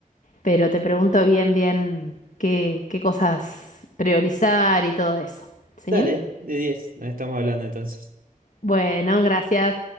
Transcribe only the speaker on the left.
pero te pregunto bien, bien qué, qué cosas priorizar y todo eso. ¿Sí?
Bueno, gracias.